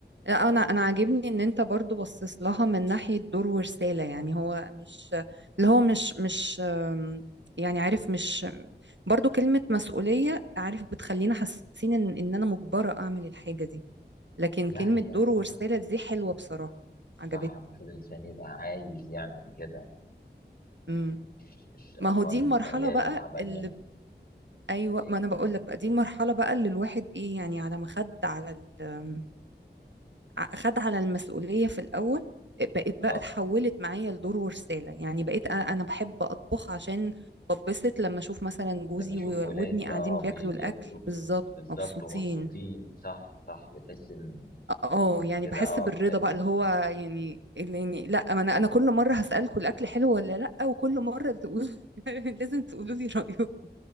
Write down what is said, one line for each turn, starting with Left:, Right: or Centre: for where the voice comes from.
Right: لا
Left: اه
Right: انا انا
Left: بس
Right: عاجبني ان انت برضو بصص لها من ناحيه دور ورساله يعني هو مش اللي هو مش مش أم، يعني عارف مش برضو كلمه مسؤوليه عارف بتخلينا حاسين ان ان انا مجبره اعمل الحاجه دي لكن
Left: لا
Right: كلمة
Left: هي
Right: دور ورسالة
Left: اه
Right: دي حلوة بصراحة عجبتني
Left: صح المفروض الإنسان يبقى عايز يعمل كده
Right: امم
Left: مش مش
Right: ما
Left: قرفان
Right: هو دي
Left: من
Right: المرحلة
Left: العيال
Right: بقى
Left: وتعبان
Right: اللي
Left: منهم
Right: ب- ايوه
Left: ولا إيه
Right: ما انا بقول لك بقى دي المرحلة بقى اللي الواحد ايه يعني على ما خد على ال... ع- خد على المسؤولية في الاول بقيت
Left: اه
Right: بقى اتحولت معايا لدور ورسالة يعني بقيت أ- انا بحب اطبخ عشان ببسط لما اشوف مثلا جوزي
Left: لما أشوف
Right: و-
Left: ولادي
Right: وابني قاعدين
Left: اه
Right: بياكلوا
Left: بي- بياكلوا
Right: الاكل بالظبط
Left: بالظبط
Right: مبسوطين
Left: ومبسوطين صح صح بتحس إن
Right: اه
Left: إن أنت
Right: يعني
Left: كده
Right: بحس
Left: اه
Right: بالرضا
Left: بتأدي
Right: بقى اللي هو يعني اللي يعني لا ما انا انا كل مره هسالكم الاكل حلو ولا لا وكل مره تقولوا <laughs> لازم تقولوا لي رايكم